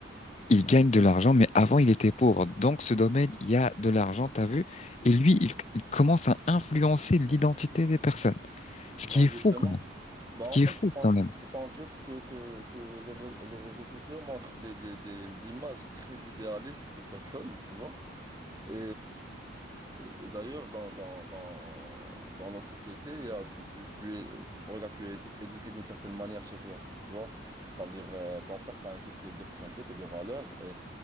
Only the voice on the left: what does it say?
il gagne de l'argent, mais avant il était pauvre. Donc ce domaine, il y a de l'argent, t'as vu? Et lui, il, il commence à influencer l'identité des personnes.
Ce qui est
fou quand même.
Ce
qui
est fou
quand même.